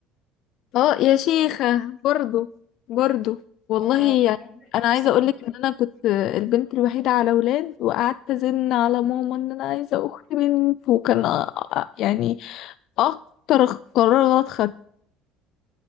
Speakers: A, on the left; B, on the left.
A: اه يا شيخة برضو برضو والله
B: انا
A: يعني انا
B: نفس
A: عايزة
B: العمل
A: اقولك ان انا كنت البنت الوحيدة على ولاد وقعدت ازن على ماما ان انا عايزة اخت بنت وكان أ- يعني اكتر قرار غلط خدت